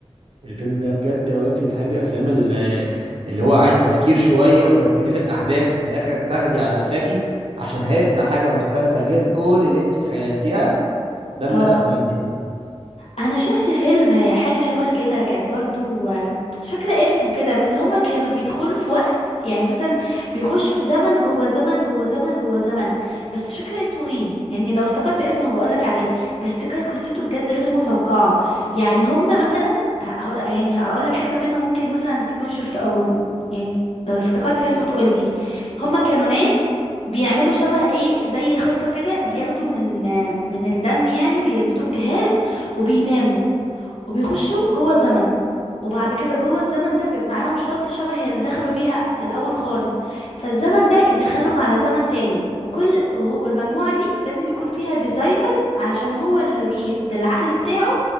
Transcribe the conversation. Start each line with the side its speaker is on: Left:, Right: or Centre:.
Right: الفيلم ده بجد لو انت بتحبي افلام ال- اللي هو عايزه تفكير شويه وتركزي في الاحداث وفي الاخر تاخدي على قفاكي عشان هيطلع حاجه مختلفه غير كل اللي انت تخيلتيها ده من
Left: اه
Right: الافلام دي
Left: انا شفت فيلم حاجه شبه كده كان برضو آه، مش فاكره اسمه كده بس هما كانوا بيدخلوا في وقت يعني مثلا بيخشوا في زمن جوه زمن جوه زمن جوه زمن بس مش فاكره اسمه ايه يعني لو افتكرت اسمه هبقولك عليه بس كانت قصته بجد غير متوقعه يعني هما مثلا ه- ه- يعني هقولك حته منه ممكن مثلا تكون شفت او يعني لو افتكرت اسمه تقولي هما كانوا ناس بيعملوا شبه ايه زي خطة كده بياخدوا من آه، من الدم يعني ويربطوه بجهاز وبيناموا وبيخشوا جوه زمن وبعد كده جوه الزمن ده بيبقى معاهم شنطة شبه اللي دخلوا بيها الأول خالص فالزمن ده يدخلهم على زمن تاني وكل وهو- والمجموعة دي لازم يكون فيها ديزاينر علشان هو اللي بي بالعقل بتاعه